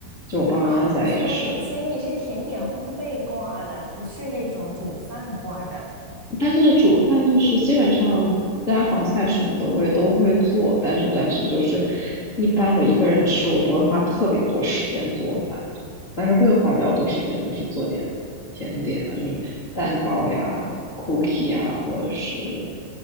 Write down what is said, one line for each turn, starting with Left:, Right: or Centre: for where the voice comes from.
Left: 就我爸妈在也是。
Right: 啊，你虽然所以你是甜点烘焙挂的，不是那种煮饭挂的。
Left: 但是煮饭就是基本上家常菜什么的我也都会做，但是但是就是一般我一个人吃，我不会花特别多时间做饭，但是会花比较多时间就是做点甜点啊，就是蛋糕呀、cookie 啊，或者是